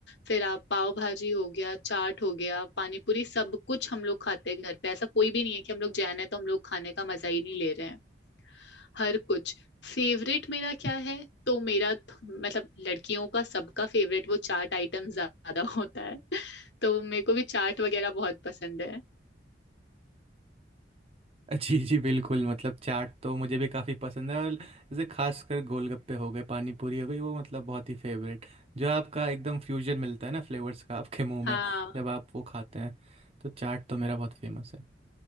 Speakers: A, on the left; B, on the right.
A: फिर आप पाव भाजी हो गया चाट हो गया पानी पूरी सब कुछ हम लोग खाते हैं घर पे ऐसा कोई भी नहीं है कि हम लोग जैन है तो हम लोग खाने का मजा ही नहीं ले रहे हैं हर कुछ फेवरेट मेरा क्या है तो मेरा थ- मतलब लड़कियों का सबका फेवरेट वो चाट आइटम ज्यादा होता है <laughs> तो मेरे को भी चाट वगैरह बहुत पसंद है
B: <laughs> जी जी बिल्कुल मतलब चाट तो मुझे भी काफ़ी पसंद है और जैसे खासकर गोलगप्पे हो गए पानी पूरी हो गई वो मतलब बहुत ही फेवरेट जो आपका एकदम फ्यूजन मिलता है ना फ्लेवर्स का आपके मुंह में
A: हाँ
B: जब आप वो खाते हैं तो चाट तो मेरा बहुत फेमस है